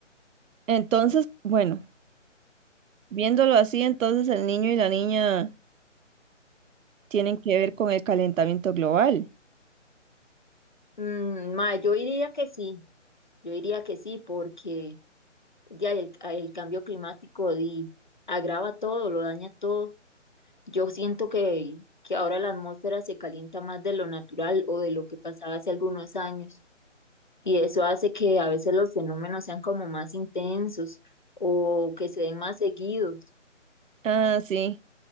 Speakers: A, on the right (about 90°); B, on the left (about 40°).
A: entonces, bueno, viéndolo así, entonces el niño y la niña tienen que ver con el calentamiento global.
B: Mm, ma, yo diría que sí, yo diría que sí, porque ya el, el cambio climático di, agrava todo, lo daña todo. Yo siento que, que ahora la atmósfera se calienta más de lo natural o de lo que pasaba hace algunos años y eso hace que a veces los fenómenos sean como más intensos o que se den más seguidos.
A: Ah, sí.